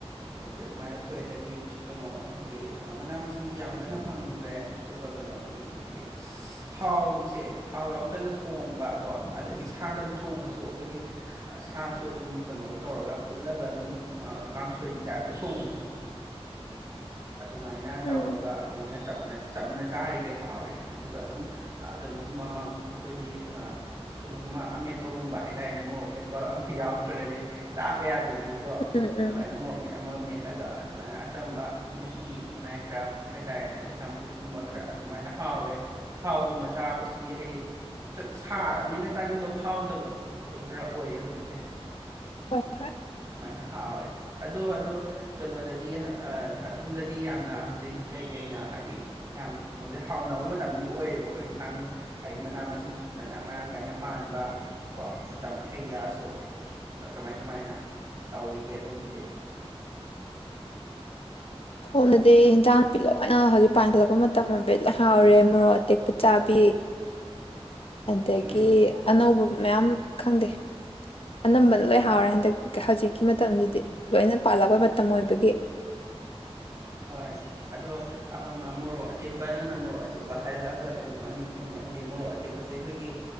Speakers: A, on the right; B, on the left.
A: ꯍꯧꯖꯤꯛ ꯑꯗꯨꯃꯥꯏꯅ ꯊꯣꯛꯑꯦ ꯑꯗꯒꯤ ꯀꯩꯅꯣ ꯍꯥꯏꯗꯤ ꯑ ꯃꯅꯥ ꯃꯁꯤꯡꯗꯤ ꯌꯥꯝ ꯀꯟꯅ ꯐꯪꯗ꯭ꯔꯦ ꯑꯗꯨꯒ ꯀꯩꯅꯣ ꯑꯗꯨꯝ ꯍꯥꯏꯗꯤ ꯁꯁ ꯊꯥꯎꯁꯦ ꯊꯥꯎ ꯌꯥꯎꯗꯅ ꯊꯣꯡꯕ ꯀꯣ ꯑꯗꯒꯤ ꯁꯥꯗꯕꯨ ꯊꯣꯡꯉꯁꯨ ꯑꯩꯈꯣꯏꯒꯤ ꯑ ꯁꯥꯁꯨ ꯑꯗꯨꯝ ꯀꯩꯅꯣꯒ ꯇꯧꯔꯒ ꯐꯨꯠꯂꯒ ꯑꯗꯨꯝ ꯑ ꯀꯥꯡꯁꯣꯏꯒꯤ ꯇꯥꯏꯞꯇ ꯊꯣꯡꯕꯗꯣ ꯑꯗꯨꯃꯥꯏꯅ ꯇꯧꯔꯒ
B: ꯎꯝ
A: ꯑꯗꯨꯃꯥꯏꯅ ꯆꯝꯅ ꯆꯝꯅ ꯆꯥꯔꯤꯒꯩ ꯍꯥꯎꯔꯦ ꯑꯗꯨꯒ ꯑꯗꯨꯝ ꯑ ꯀꯩꯅꯣꯒꯨꯝꯕ ꯑꯃ ꯑꯩꯈꯣꯏꯗꯤ ꯑ ꯀꯩꯅꯣꯒꯨꯝꯕ ꯑꯃꯦꯠꯄꯒꯨꯝꯕ ꯍꯥꯏꯇꯥꯔꯦꯅꯦ ꯃꯣꯔꯣꯛ ꯃꯦꯠꯄ ꯑꯃ ꯌꯥꯎꯗ꯭ꯔꯒꯗꯤ ꯆꯥꯕ ꯌꯥꯗꯦꯗꯅ ꯀꯣ
B: ꯎꯝ
A: ꯑꯗꯨꯃꯥꯏꯅ
B: ꯎꯝ
A: ꯃꯣꯔꯣꯛ ꯃꯦꯠ ꯑꯃ ꯃꯦꯠꯂꯒ ꯑꯗꯨꯃꯥꯏꯅ ꯑꯆꯝꯕ ꯃꯍꯤ ꯃꯅꯥꯏ ꯈꯔ ꯍꯥꯏꯇꯥꯔꯦꯅꯦ ꯑꯗꯩ ꯆꯝꯐꯨꯠꯀꯨꯝꯕ ꯈꯔ ꯑꯗꯨꯃꯥꯏꯅ ꯍꯥꯎꯋꯦ ꯊꯥꯎꯒꯨꯝꯕ ꯆꯥꯕꯁꯤꯗꯤ ꯍꯥꯏꯗꯤ ꯆꯠ ꯁꯥꯔꯕꯅꯤꯅ ꯆꯥꯅꯤꯡꯕ ꯐꯥꯎꯗꯕꯗꯣ ꯑꯗꯨ ꯈꯔ ꯑꯣꯏꯌꯦ ꯍꯧꯖꯤꯛꯁꯦ
B: ꯋꯥꯏ ꯐꯥꯏ
A: ꯁꯨꯃꯥꯏꯅ ꯍꯥꯎꯋꯦ ꯑꯗꯣ ꯑꯗꯣ ꯀꯩꯅꯣꯗꯗꯤ ꯍ ꯑꯥ ꯑꯗꯣꯝꯗꯗꯤ ꯌꯥꯝꯅ ꯍꯧꯖꯤꯛ ꯀꯩꯀꯩꯅ ꯍꯥꯏꯗꯤ ꯌꯥꯝ ꯍꯧꯖꯤꯛ ꯍꯥꯎꯅꯕ ꯃꯇꯝꯗꯤ ꯑꯣꯏꯔꯦꯕꯀꯣ ꯏꯟꯁꯥꯡ ꯍꯥꯏꯗꯤ ꯃꯅꯥ ꯃꯁꯤꯡꯁꯨ ꯐꯖꯅ ꯃꯔꯥꯡ ꯀꯥꯏꯅ ꯄꯥꯟꯕ ꯀꯣ ꯃꯇꯝ ꯍꯩ ꯔꯥꯁꯨ ꯑꯗꯣ ꯀꯃꯥꯏ ꯀꯃꯥꯏꯅ ꯇꯧꯔꯤꯒꯦ ꯑꯗꯣꯝꯗꯗꯤ
B: ꯐꯣꯝꯗꯗꯤ ꯍꯤꯟꯖꯥꯡ ꯅꯥꯄꯤ ꯂꯣꯢ ꯍꯣꯏꯅ ꯍꯧꯖꯤꯛ ꯄꯥꯟꯈꯠꯂꯛꯄ ꯃꯇꯝ ꯑꯣꯏꯕꯩ ꯂꯣꯢ ꯍꯥꯎꯔꯦ ꯃꯣꯔꯣꯛ ꯑꯇꯦꯛꯄ ꯆꯥꯕꯤ ꯑꯗꯒꯤ
A: ꯎꯝ
B: ꯑꯅꯧꯕ ꯃꯌꯥꯝ ꯈꯪꯗꯦ ꯑꯅꯝꯕꯅ ꯂꯣꯏ ꯍꯥꯎꯔꯦ ꯍꯟꯗꯛ ꯍꯧꯖꯤꯛꯀꯤ ꯃꯇꯝꯁꯤꯗꯤ ꯂꯣꯏꯅ ꯄꯥꯜꯂꯛꯄꯩ ꯃꯇꯝ ꯑꯣꯏꯕꯒꯤ
A: ꯍꯣꯏ ꯑꯗꯣ ꯃꯣꯔꯣꯛ ꯑꯇꯦꯛꯄ ꯅꯪꯅ ꯃꯣꯔꯣꯛ ꯑꯇꯦꯛꯄ ꯍꯥꯏꯔꯛꯑꯒ ꯀꯩꯅꯣꯃ ꯅꯤꯡꯁꯤꯡꯉꯦ ꯍꯥꯏꯗꯤ ꯃꯣꯔꯣꯛ ꯑꯇꯦꯛꯄꯁꯦ ꯑꯩꯈꯣꯏꯒꯤ